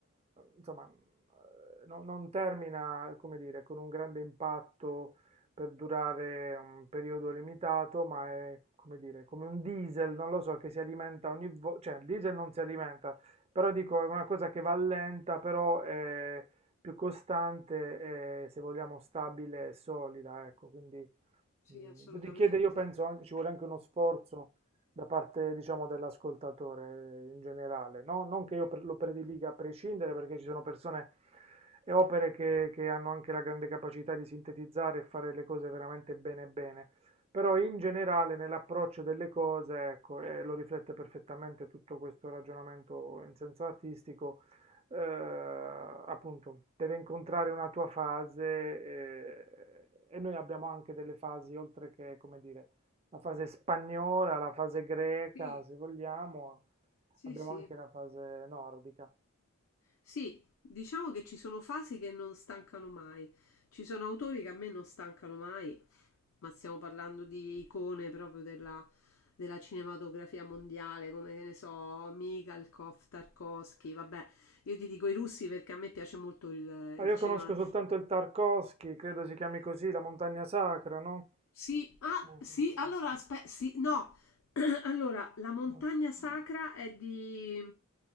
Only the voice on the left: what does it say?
sì,
assolutamente.
Sì.
Sì,
sì.
Sì, diciamo che ci sono fasi che non stancano mai. Ci sono autori che a me non stancano mai, ma stiamo parlando di icone proprio della, della cinematografia mondiale, come che ne so, Mikhalkov, Tarkovsky, vabbè, io ti dico i russi perché a me piace molto il,
il cinema
sì, ah,
sì, allora aspe sì, no. <clears throat> Allora, la montagna
sacra è di...